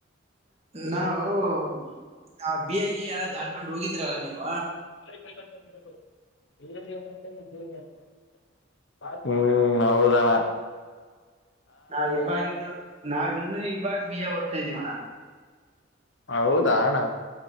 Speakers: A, on the right; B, on the left.
A: ನಾವು ಆ ಬಿಯಾಗಿ ಎಲ್ಲ ದಾಡ್ಕೊಂಡ ಹೋಗಿದ್ರಲ್ಲ ನೀವು
B: <unintelligible> ಹ್ಮ ಹೌದನ
A: ನಾ ಇವಾಗ ಇನ್ನು ನಾವ ಇನ್ನು ಇವಾಗ ಬಿಯ ಓದ್ತಾ ಇದೀವಣ.
B: ಹೌದಣ